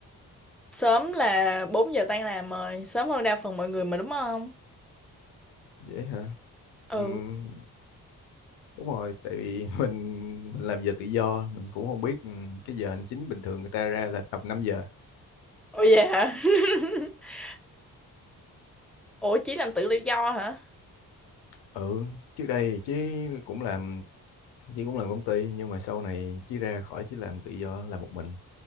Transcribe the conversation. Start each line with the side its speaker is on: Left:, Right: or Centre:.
Centre: Sớm là 4 giờ tan làm rồi, sớm hơn đa phần mọi người mà đúng không?
Left: Vậy hả?
Centre: Ừ.
Left: Ừm, đúng rồi, tại vì <laughs> mình mình làm giờ tự do, mình cũng không biết ừ, cái giờ hành chính bình thường người ta ra là tầm 5 giờ.
Centre: Ồ vậy hả? <laughs> Ủa chỉ làm tự do do hả?
Left: ừ trước đây chứ cũng làm chứ cũng làm công ty nhưng mà sau này chí ra khỏi chí làm tự do làm một mình